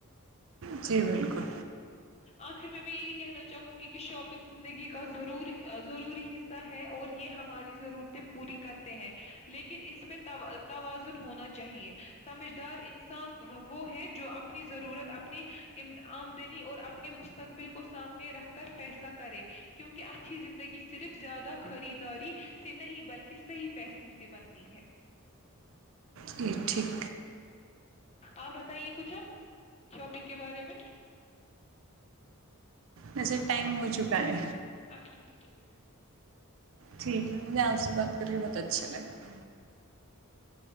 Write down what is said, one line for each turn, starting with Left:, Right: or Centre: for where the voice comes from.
Right: جی بالکل
Left: آخر میں میں یہی کہنا چاہوں گی کہ شاپنگ زندگی کا ضروری ضروری حصہ ہے اور یہ ہماری ضرورتیں پوری کرتے ہیں لیکن اس میں توازن ہونا چاہیے سمجھدار انسان وہ ہے جو اپنی ضرورت اپنی آمدنی اور اپنے مستقبل کو سامنے رکھ کر فیصلہ کرے کیونکہ اچھی زندگی صرف زیادہ خریداری سے نہیں بلکہ صحیح فیصلوں سے بنتی ہے
Right: جی ٹھیک
Left: آپ بتائیے کچھ اب شاپنگ کے بارے میں
Right: نسر ٹائم ہو چکا ہے
Left: اچھا ٹھیک ہے ٹھیک ہے ن
Right: ٹھیک میں آپ سے بات کری کے بہت اچھا لگا
Left: اک ہو ب بائے